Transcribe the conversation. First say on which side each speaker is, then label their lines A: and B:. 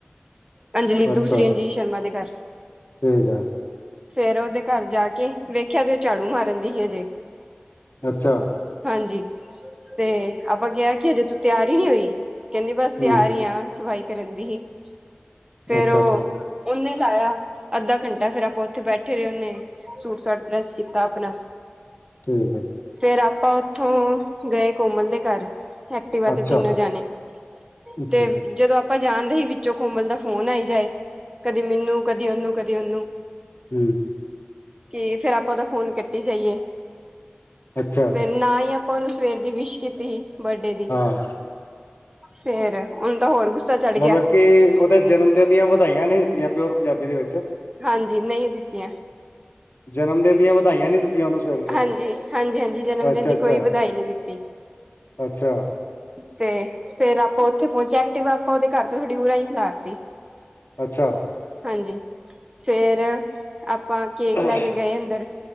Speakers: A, on the right (about 20°); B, on the left (about 65°).
A: ਅੰਜਲੀ ਦੂਸਰੀ
B: ਅੱਛਾ
A: ਅੰਜੀਲ ਸ਼ਰਮਾ ਦੇ ਘਰ
B: ਠੀਕ ਹੈ
A: ਫੇਰ ਉਹਦੇ ਘਰ ਜਾ ਕੇ ਵੇਖਿਆ ਤੇ ਉਹ ਝਾੜੂ ਮਾਰਨ ਦੀ ਸੀ ਹਜੇ
B: ਅੱਛਾ
A: ਹਾਂਜੀ ਤੇ ਆਪਾਂ ਕਿਹਾ ਕਿ ਅਜੇ ਤਿਆਰ ਹੀ ਨਹੀਂੀ ਹੋਈ ਕਹਿੰਦੀ ਬਸ ਤਿਆਰ
B: ਹੂੰ
A: ਹੀ ਆ ਸਫਾਈ ਕਰਨ ਦੀ ਹੀ ਫੇਰ
B: ਅੱਛਾ
A: ਉਹ
B: ਅੱਛਾ
A: ਉਹਨੇ ਲਾਇਆ ਅੱਧਾ ਘੰਟਾ ਫੇਰ ਆਪਾਂ ਉੱਥੇ ਬੈਠੇ ਰਹੇ ਉਹਨੇ ਸੂਟ ਸ਼ਟ ਪ੍ਰੈੱਸ ਕੀਤਾ ਆਪਣਾ
B: ਠੀਕ ਏ
A: ਫੇਿਰ ਆਪਾਂ ਉੱਥੋਂ ਗਏ ਕੋਮਲ ਦੇ ਘਰ ਐਕਟਿਵਾ ਤੇ
B: ਅੱਛਾ
A: ਤਿੰਨੋ ਜਾਣੇ
B: ਅੱਛਾ
A: ਤੇ ਜਦੋਂ ਆਪਾਂ ਜਾਣਦੇ ਸੀ ਵਿੱਚੋਂ ਕੌਮਲ ਦਾ ਫੋਨ ਆਈ ਜਾਏ ਕਦੇ ਮੈਨੂੰ ਕਦੀ ਓਨੂੰ ਕਦੀ ਓਨੂੰ
B: ਹੂੰ
A: ਤੇ ਫੇਰ ਆਪਾਂ ਉਹਦਾ ਫੋਨ ਕੱਟੀ ਜਾਈਏ
B: ਅੱਛਾ
A: ਤੇ ਨਾ ਹੀ ਆਪਾਂ ਉਹਨੂੰ ਸਵੇਰ ਦੀ ਵਿਸ਼ ਕੀਤੀ ਸੀ ਬਰਡੇ ਦੀ
B: ਹਾਂ
A: ਫੇਰ ਹਣ ਹੋਰ ਚੜ ਗਿਆ
B: ਮਤਲਬ ਕਿ ਉਹਦੇ ਜਨਮ ਦਿਨ ਦੀਆਂ ਵਧਾਈਆਂ ਨਹੀਂ ਦਿੱਤੀਆਂ ਪਿਓਰ ਪੰਜਾਬੀ ਦੇ ਵਿੱਚ
A: ਹਾਂਜੀ ਨਹੀਂ ਦਿੱਤੀਆਂ
B: ਜਨਮ ਦਿਨ ਦੀਆਂ ਵਧਾਈਆਂ ਨੀ ਦਿੱਤੀਆਂ ਉਹਨੂੰ ਸਵੇਰ ਦੀਆਂ
A: ਹਾਂਜੀ ਹਾਂਜੀ ਹਾਂਜੀ ਜਨਮ
B: ਅੱਛਾ
A: ਦਿਨ ਦੀ
B: ਅੱਛਾ
A: ਕੋਈ ਵਧਾਈ ਨਹੀਂੀ ਦਿੱਤੀ
B: ਅੱਛਾ
A: ਤੇ ਫੇਰ ਆਪਾਂ ਉੱਥੇ ਪਹੁੰਚੇ ਐਕਟਿਵਾ ਆਪਾਂ ਉਹਦੇ ਘਰ ਤੋਂ ਥੋੜੀ ਉ ਹੀ ਖਿਲਾਰਤੀ
B: ਅੱਛਾ
A: ਹਾਂਜੀ ਫੇਰ ਆਪਾਂ ਕੇਕ
B: ਅੱਛਾ
A: ਲੈ ਕੇ ਗਏ ਅੰਦਰ